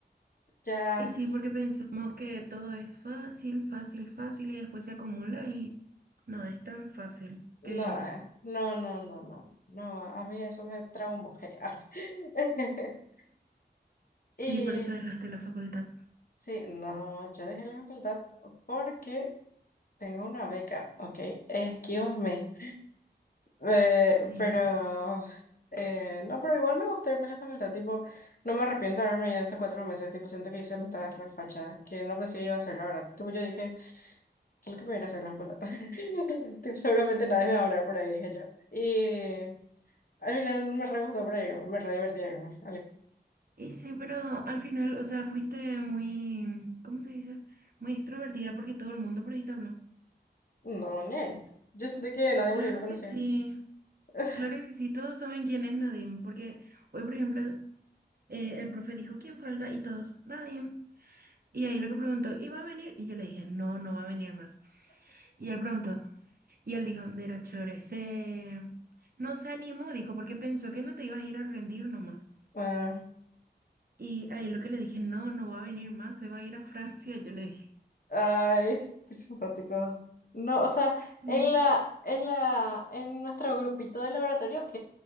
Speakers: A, on the left; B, on the right.
A: ya
B: Y sí, porque pensamos que todo es fácil, fácil, fácil y después se acumula y no es tan fácil,
A: No,
B: que digamos.
A: eh, no, no, no, no, no, a mí eso me traumó. <laughs> arre. <laughs> Y
B: Sí, por eso dejaste la facultad.
A: sí, no, yo dejé la facultad porque tengo una beca, ok, excuse me, Eh,
B: Sí.
A: pero eh, no, pero igual me gustó irme a la facultad, tipo, no me arrepiento de haberme ido estos cuatro meses, tipo, siento que hice me estaba refachada, que no pensé que iba a hacer, la verdad, tipo, yo dije, ¿qué es lo que me viene a ir a hacer a la facultad? <laughs> Tipo, seguramente nadie me va a hablar por ahí, dije yo, y Al final me re gustó reírme, me re divertí a irme,
B: Y sí, pero al final, o sea, fuiste muy, ¿cómo se dice? Muy extrovertida porque todo el mundo por ahí te habló.
A: No, ne. Yo sentí que nadie
B: Claro
A: por ahí me conocía.
B: que sí,
A: <laughs>
B: claro que sí, todos saben quién es Nadim, porque hoy, por ejemplo, eh, el profe dijo quién falta y todos, Nadim. Y ahí lo que preguntó, ¿y va a venir? Y yo le dije, no, no va a venir más. Y él preguntó. Y el Dijon era chore, se... No se animó, dijo, porque pensó que no te ibas a ir a rendir nomás.
A: Ah,
B: Y ahí lo que le dije, no, no va a venir más, se va a ir a Francia, yo le dije.
A: ay, qué simpático. No, o sea, en
B: Ni sí,
A: la, en la, en nuestro grupito de laboratorio, ok,